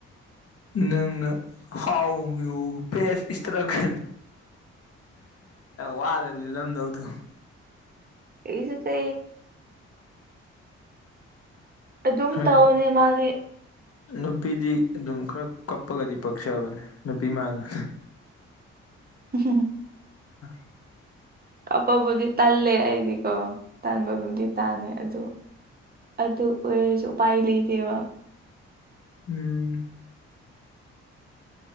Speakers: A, on the left (about 50°); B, on the right (about 30°).
A: ꯅꯪꯅ ꯍꯥꯎ ꯌꯨ ꯄꯦꯁ ꯏꯁꯇ꯭ꯔꯒ ꯋꯥꯗꯗꯤ ꯂꯝꯗꯧꯗ
B: ꯑꯩꯁꯨ ꯇ ꯑꯗꯨꯝ
A: ꯍꯣꯏ
B: ꯇꯧꯕꯅꯦ ꯃꯥꯗꯤ
A: ꯅꯨꯄꯤꯗꯤ ꯑꯗꯨꯝ ꯈꯔ ꯀꯞꯄꯒꯗꯤ ꯄꯛꯆꯕꯅꯦ ꯅꯨꯄꯤ ꯃꯅ
B: ꯎꯝ
A: <unintelligible>
B: ꯀꯥꯞꯄꯕꯨꯗꯤ ꯇꯜꯂꯦ ꯑꯩꯗꯤꯀꯣ ꯇꯟꯥꯟꯕꯕꯨꯗꯤ ꯇꯥꯅꯦ ꯑꯗꯨ ꯑꯗꯨ ꯑꯣꯏꯔꯁꯨ ꯎꯄꯥꯏ ꯂꯩꯇꯦꯕ
A: ꯎꯝ